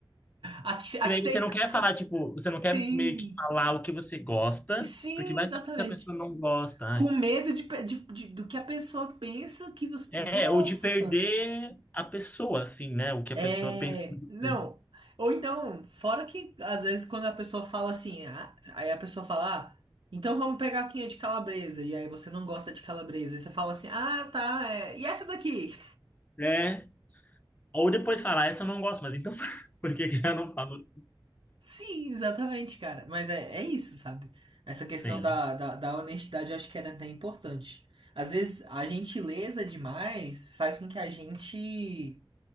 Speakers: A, on the right; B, on the left.
A: Aqui, aqui
B: E daí
A: você.
B: você
A: esco-
B: não quer falar, tipo, você não
A: Sim,
B: quer meio que falar o que você gosta,
A: sim,
B: porque vai
A: exatamente.
B: saber se a pessoa não gosta. Ai.
A: Com medo de, pe- de- de- do que a pessoa pensa que você.
B: É,
A: Nossa!
B: ou de perder a pessoa, assim, né? O que a
A: É.
B: pessoa pensa.
A: Não.
B: de
A: Ou então, fora que às vezes quando a pessoa fala assim, ah, aí a pessoa fala, ah, então vamos pegar aqui a de calabresa. E aí você não gosta de calabresa. E você fala assim, ah, tá, é. E essa daqui?
B: você. É. Ou depois falar, essa eu não gosto, mas então <laughs> por que que eu não falo?
A: Sim, exatamente, cara. Mas é, é isso, sabe? Essa questão
B: Sim,
A: da, da, da honestidade eu acho que era até importante. Às vezes a gentileza demais faz com que a gente